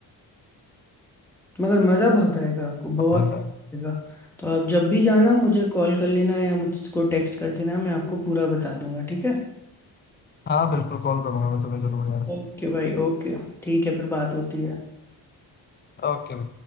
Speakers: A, in the centre; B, on the left (about 20°).
A: मगर मज़ा बहुत आएगा आपको बहुत
B: कॉल पे
A: आएगा तो आप जब भी जाना मुझे कॉल कर लेना या मुझको टेक्स्ट कर देना मैं आपको पूरा बता दूंगा ठीक है
B: हाँ बिल्कुल कॉल करूंगा मैं तुम्हें जरूर यार
A: ओके भाई ओके ठीक है फिर बात होती है
B: ओके